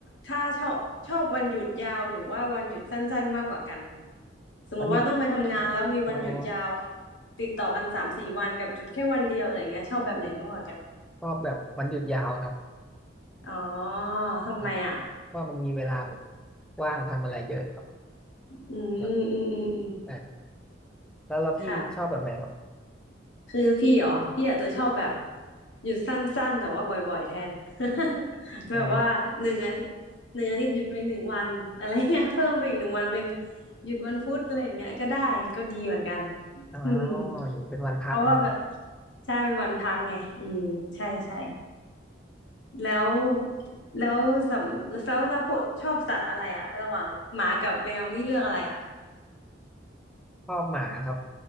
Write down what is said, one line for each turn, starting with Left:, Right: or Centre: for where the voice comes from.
Left: ถ้าชอบชอบวันหยุดยาวหรือว่าวันหยุดสั้นๆมากกว่ากัน สมมุติว่าต้องไปทำงานแล้วมีวันหยุดยาว
Centre: วันหยุดอ๋อ
Left: ติดต่อกันสามสี่วันกับหยุดแค่วันเดียวอะไรเงี้ยชอบแบบไหนมากกว่ากัน
Centre: ชอบแบบวันหยุดยาวครับ
Left: อ๋อทำไมอ่ะ
Centre: ครับเพราะมันมีเวลาแบบว่างทำอะไรเยอะครับ
Left: อืมอืมอืมอืม
Centre: แบบได้ครับแล้วแล้วพี่ชอบแบบไหนครับ
Left: ค่ะ คือพี่เหรอพี่อาจจะชอบแบบหยุดสั้นๆแต่ว่าบ่อยๆแทน <laughs>
Centre: อ๋อ
Left: แบบว่าหนึ่งอาทิตย์หนึ่งอาทิตย์หยุดไปหนึ่งวันอะไรเงี้ย <laughs> เพิ่มไปอีกหนึ่งวันเป็นหยุดวันพุธอะไรเงี้ยก็ได้ก็ดีเหมือนกัน
Centre: อ๋อ
Left: อืม
Centre: เป็นวันพักนะครับ
Left: เพราะว่าแบบใช่เป็นวันพักไงอืมใช่ใช่แล้วแล้วสำแล้วเราพวกชอบสัตว์อะไรอะระหว่างหมากับแมวนี่เลือกอะไรอะ
Centre: ชอบหมาครับ